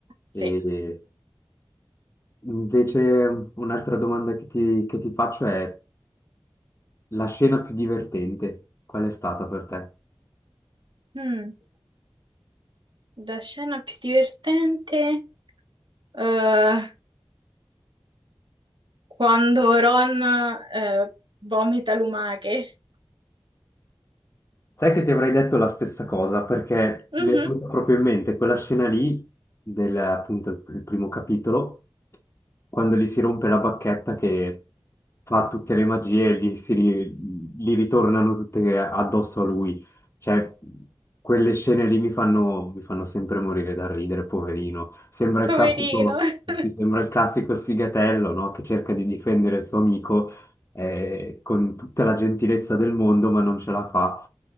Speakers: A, on the right; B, on the left.
A: sì.
B: E invece un'altra domanda che ti, che ti faccio è la scena più divertente, qual è stata per te?
A: Mm. La scena più divertente, eh, quando Ron, eh, vomita lumache.
B: Sai che ti avrei detto la stessa cosa perché
A: Mhm.
B: mi è venuta proprio in mente quella scena lì del appunto il il primo capitolo, quando gli si rompe la bacchetta che fa tutte le magie e gli, si ri- gli ritornano tutte addosso a lui. Cioè, quelle scene lì mi fanno, mi fanno sempre morire da ridere, poverino. Sembra il
A: Poverino.
B: classico,
A: <laughs>
B: sì, sembra il classico sfigatello, no? Che cerca di difendere il suo amico eh, con tutta la gentilezza del mondo, ma non ce la fa.